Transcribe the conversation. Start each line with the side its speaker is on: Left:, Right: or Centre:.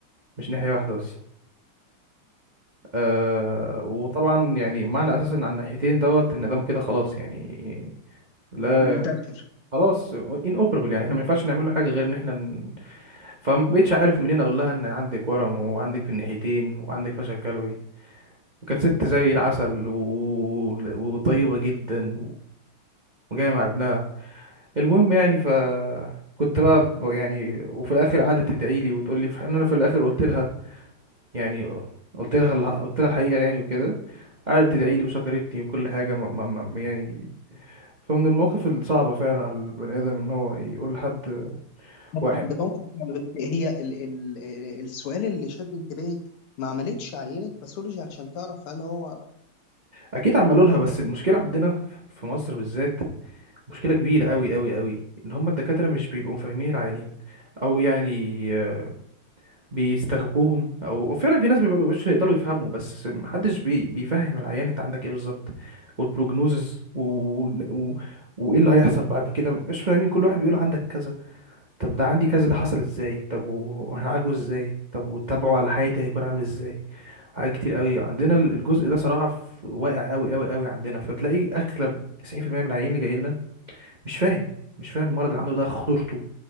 Right: مش ناحية واحدة بس آه... وطبعا يعني معنى أساسا على الناحيتين دوت إن ده كده خلاص يعني لا
Left: منتشر
Right: خلاص ان اوبربل يعني احنا ما ينفعش نعمل له حاجه غير ان احنا فما بقتش عارف منين اقول لها ان عندك ورم وعندك في الناحيتين وعندك فشل كلوي وكانت ست زي العسل و... وطيبة جدا وجاية مع ابنها المهم يعني ف كنت بقى ب- يعني وفي الاخر قعدت تدعي لي وتقول لي في حين انا في الاخر قلت لها يعني قلت لها الح- قلت لها الحقيقة يعني وكده قعدت تدعي لي وشكرتني وكل حاجة ما ما ما يعني فمن المواقف الصعبة فعلا على البني آدم إن هو يقول لحد
Left: بس
Right: واحد
Left: ده موقف فعلا بس هي ال ال السؤال اللي شد انتباهي ما عملتش عينة باثولوجي علشان تعرف هل هو
Right: أكيد عملوا لها بس المشكلة عندنا في مصر بالذات مشكلة كبيرة أوي أوي أوي إن هما الدكاترة مش بيبقوا فاهمين العيانين أو يعني آه، بيستغبوهم أو أو فعلا في ناس مبيبقوش يقدروا يفهموا بس محدش بي بيفهم العيان أنت عندك إيه بالظبط والبروجنوزز و... و... وإيه اللي هيحصل بعد كده مش فاهمين كل واحد بيقول عندك كذا طب ده عندي كذا ده حصل إزاي طب و- وهنعالجه إزاي طب وتابعه على حياتي هيكون عامل إزاي حاجات كتير أوي عندنا ال- الجزء ده صراحة في- واقع أوي أوي أوي عندنا فتلاقي أغلب 90% من العيانين اللي جايين مش فاهم مش فاهم المرض اللي عنده ده خطورته